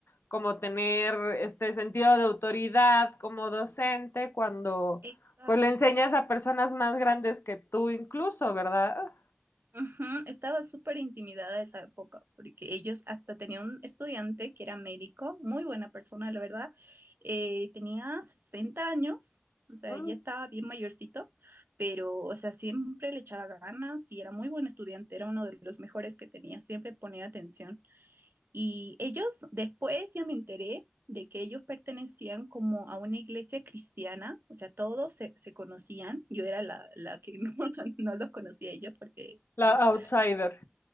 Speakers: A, on the left; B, on the right.
A: como tener este sentido de autoridad como docente cuando
B: Exacto.
A: pues le enseñas a personas más grandes que tú incluso, ¿verdad?
B: Ujú, Estaba súper intimidada esa época, porque ellos hasta tenían un estudiante que era médico, muy buena persona, la verdad. eh, tenía 60 años, o sea,
A: Mm.
B: ya estaba bien mayorcito, pero, o sea, siempre le echaba ganas y era muy buen estudiante, era uno de los mejores que tenía, siempre ponía atención. Y ellos, después ya me enteré de que ellos pertenecían como a una iglesia cristiana, o sea, todos se, se conocían, yo era la, la que <laughs> no, no los conocía a ellos porque
A: <laughs>
B: bueno,
A: La outsider.